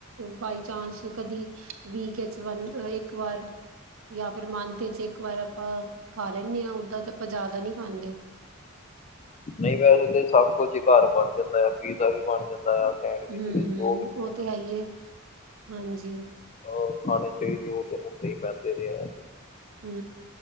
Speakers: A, on the right (about 65°); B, on the left (about 30°).
A: ਬਾਈ ਚਾਂਸ, ਕਦੀ ਵੀਕ ਚ' ਇੱਕ ਵਾਰ ਜਾਂ ਫਿਰ, ਮੰਥ ਚ ਇੱਕ ਵਾਰ, ਆਪਾਂ ਖਾ ਲੈਂਣੇ ਹਾਂ। ਓਦਾਂ ਤੇ ਆਪਾਂ ਜ਼ਿਆਦਾ ਨੀ, ਖਾਂਦੇ
B: ਨਹੀਂ ਵੈਸੇ ਤਾਂ, ਸਭ ਕੁਝ ਹੀ ਘਰ ਬਣ ਜਾਂਦਾ ਆ, ਪੀਜ਼ਾ ਵੀ ਬਣ ਜਾਂਦਾ, ਆ ਸੈਂਡਵਿਚ
A: ਹੁੰ
B: ਵੀ
A: ਹੁੰ
B: ਜੋ ਵੀ ਕੁ
A: ਉਹ ਤੇ ਹੈ ਹੀ ਏ, ਹਾਂਜੀ
B: ਅ ਖਾਣੇ ਚਾਹੀਦੇ ਉਹ ਤੇ ਹੁੰਦੇ ਹੀ ਮੈਦੇ ਦੇ ਅ
A: ਹੁੰ